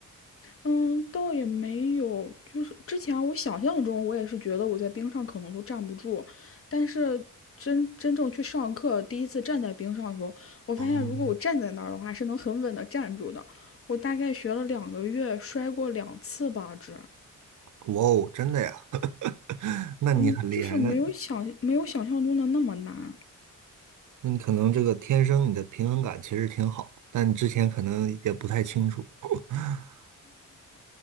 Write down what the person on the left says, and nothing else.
嗯，倒也没有，就是之前我想象中我也是觉得我在冰上可能都站不住，但是真真正去上课，第一次站在冰上的时候，我发现如果我站在那儿的话，
是能很稳的站住的。我大概学了两个月，摔过两次吧，这。
嗯，就是没有想没有想象中的那么难